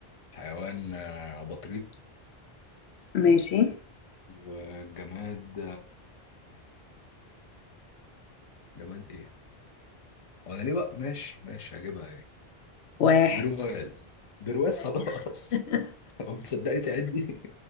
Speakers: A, on the left; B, on the left.
A: حيوان آه، بطريق
B: ماشي
A: وجماد جماد ايه هو انا ليه بقى ماشي ماشي هجيبها ايه
B: واحد
A: برواز برواز
B: ماشي
A: خلاص
B: <laughs>
A: <laughs> طب تصدقي تعدي